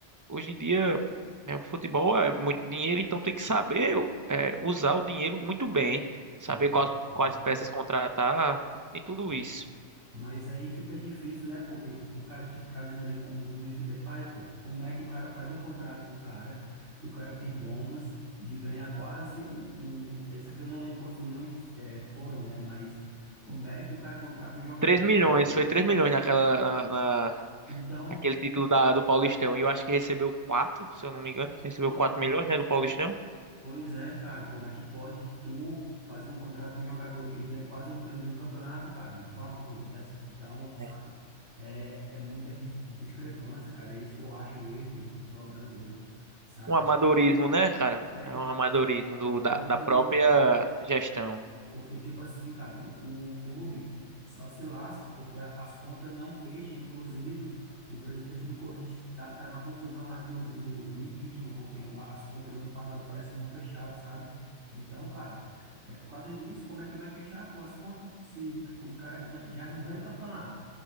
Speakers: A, on the right; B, on the right.
A: hoje em dia né, o futebol é muito dinheiro, então tem que saber é, usar o dinheiro muito bem,
B: Sim,
A: saber quais
B: sim,
A: quais peças contratar, e tudo
B: sim.
A: isso.
B: Mas aí fica difícil, né? Porque o cara, tipo, trazendo ali como o Memphis Depay, pô, como é que o cara faz um contrato com o cara, que o cara tem bônus de ganhar quase um, um- é, só que eu não lembro quantos milhões é, foram, né? Mas como é que o cara contrata um jogador?
A: três milhões,
B: pô?
A: foi 3 milhões naquela, na, na-
B: Então,
A: naquele título da, do Paulistão. E eu acho que recebeu quatro se eu não me engano. Recebeu
B: então,
A: 4 milhões, né, do Paulistão.
B: Pois é, cara, como é que pode tu fazer um contrato com um jogador que ele ganha quase um prêmio de um campeonato, cara? Me fala uma coisa dessa. Então, sabe,
A: É.
B: é, é muita di- discrepância, cara. É isso que eu acho o erro do futebol brasileiro, sabe?
A: Um amadorismo, né, cara?
B: É,
A: É
B: cara,
A: um amadorismo do,
B: é amadorismo
A: da, da própria
B: demais.
A: gestão.
B: Porque, tipo assim, cara, o, o clube só se lasca porque a- as contas não fecham. Inclusive, o presidente do Corinthians tá, tá numa confusão lá do, do, do impeachment, porque é uma- as contas do ano passado parece que não fecharam, sabe? Então, cara, é por causa disso. Como é que vai fechar, pô, as contas? Se quando o cara ganha, já não ganha campeonato.